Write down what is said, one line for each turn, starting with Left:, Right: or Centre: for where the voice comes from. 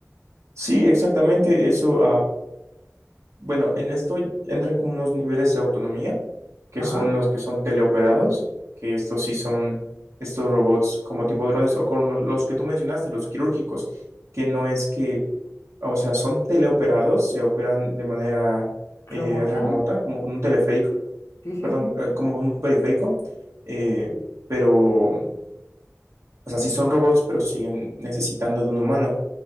Right: Sí, exactamente, eso. Bueno, en esto entran como unos niveles de autonomía, que
Left: Ajá,
Right: son los que son teleoperados, que estos sí son estos robots como tipo drones o como los que tú mencionaste, los quirúrgicos, que no es que, o sea, son teleoperados, se operan de manera eh,
Left: remota.
Right: remota, como con un teleférico,
Left: Sí, sí,
Right: perdón,
Left: sí.
Right: eh, como con un periférico, eh, pero, o sea, sí son robots, pero siguen necesitando de un humano.